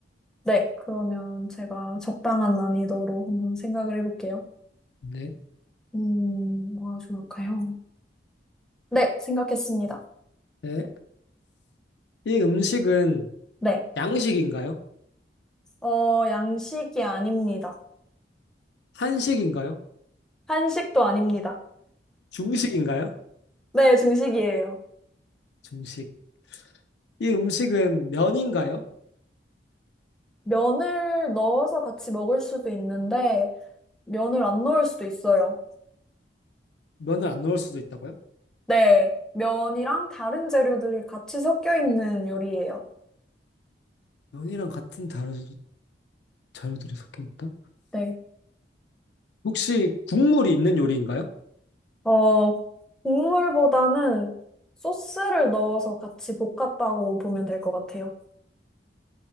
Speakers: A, in the centre; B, on the left (about 70°).
A: 네, 그러면 제가 적당한 난이도로 한번 생각을 해볼게요.
B: 네.
A: 음, 뭐가 좋을까요? 네, 생각했습니다.
B: 네. 이 음식은
A: 네,
B: 양식인가요?
A: 어, 양식이 아닙니다.
B: 한식인가요?
A: 한식도 아닙니다.
B: 중식인가요?
A: 네, 중식이에요.
B: 중식. 이 음식은 면인가요?
A: 면을 넣어서 같이 먹을 수도 있는데 면을 안 넣을 수도 있어요.
B: 면을 안 넣을 수도 있다고요?
A: 네, 면이랑 다른 재료들이 같이 섞여 있는 요리예요.
B: 면이랑 같은 다른 자료들이 섞여 있다?
A: 네.
B: 혹시 국물이 있는 요리인가요?
A: 어, 국물보다는 소스를 넣어서 같이 볶았다고 보면 될 것 같아요.